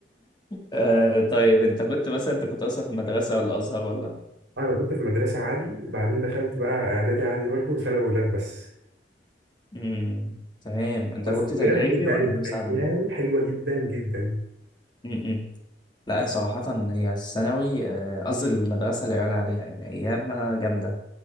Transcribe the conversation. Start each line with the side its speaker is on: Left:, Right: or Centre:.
Left: آه طيب انت كنت مثلا انت كنت اصلا في مدرسه ولا ازهر ولا
Right: آه، انا كنت في مدرسة عادي بعدين دخلت بقى اعدادي عادي برضه وثانوي ولاد بس
Left: امم تمام انت
Right: بس
Left: كنت
Right: بجد
Left: تجريبي
Right: كانت
Left: ولا نفس
Right: ايام
Left: عادي
Right: حلوة جدا جدا
Left: امم لا صراحه هي الثانوي آه، قصدي المدرسه لا يعلى عليها يعني ايامها جامده